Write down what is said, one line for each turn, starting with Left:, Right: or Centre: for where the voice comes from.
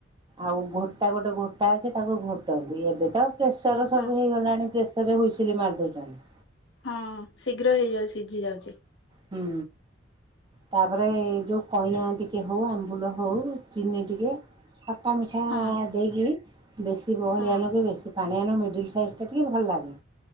Right: ଆଉ ଘୋଟା ଗୋଟେ ଘୋଟା ଅଛି ତାକୁ ଘୋଟନ୍ତି, ଏବେ ତ ପ୍ରେସର ସବୁ
Left: ହଁ
Right: ହେଇଗଲାଣି ପ୍ରେସର ରେ ହୁଇସିଲି ମାରିଦଉଛନ୍ତି।
Left: ହଁ ଶୀଘ୍ର ହେଇଯାଉଛି ସିଝି ଯାଉଛି।
Right: ହୁଁ ତାପରେ ଯୋଉ କଇଁଆ ଟିକେ ହଉ ଆମ୍ବୁଲ ହଉ ଚିନି ଟିକେ ଖଟା ମିଠା
Left: ହଁ।
Right: ଦେଇକିରି ବେଶୀ ବହଳିଆ
Left: ହଁ
Right: ନୁହଁ କି ବେଶୀ ପାଣିଆ ନୁହଁ ମିଡିଲ ସାଇଜ୍ ଟା ଟିକେ ଭଲ ଲାଗେ।